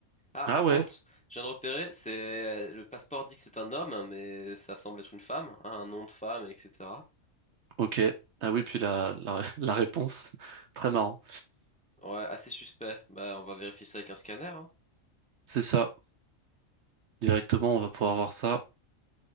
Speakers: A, in the centre; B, on the right (about 65°).
A: Ah,
B: Ah
A: par
B: ouais,
A: contre, je viens de repérer, c'est le passeport dit que c'est un homme, mais ça semble être une femme, hein, un nom de femme, etc.
B: ok. Ah oui, puis la, la, <laughs> la réponse. Très marrant.
A: Ouais, assez suspect. Bah, on va vérifier ça avec un scanner. hein.
B: C'est ça. Directement, on va pouvoir voir ça.